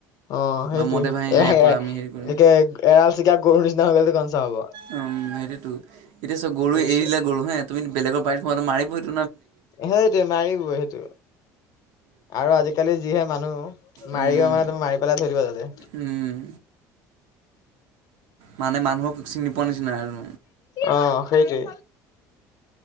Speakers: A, on the left; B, on the right.
A: অ সেইটোৱেই।
B: বা মদে ভাঙি
A: এয়া
B: খাই
A: এয়াই।
B: পূৰা আমি হেৰি কৰিম।
A: যেতিয়া এৰাল চিগা গৰু নিচিনা হৈ গলেটো কনচা হ'ব
B: উম সেইটোৱেটো। এতিয়া চব গৰু
A: বুজিছা
B: এৰি দিলে গৰু হে। তুমি বেলেগৰ বাৰীত সোমালে মাৰিবই তো
A: সেইটোৱে মাৰিবই সেইটোৱে। আৰু আজিকালি যিহে মানুহ
B: উম
A: মাৰিও মানে মাৰি পেলাই থৈ দিব তাতে।
B: উম মানে মানুহক চিনি পোৱা নিচিনা আৰু
A: অ সেইটোৱে।